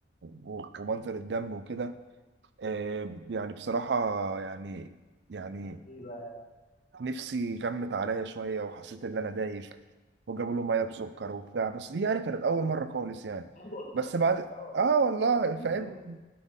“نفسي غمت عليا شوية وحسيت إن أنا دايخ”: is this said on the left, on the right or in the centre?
Right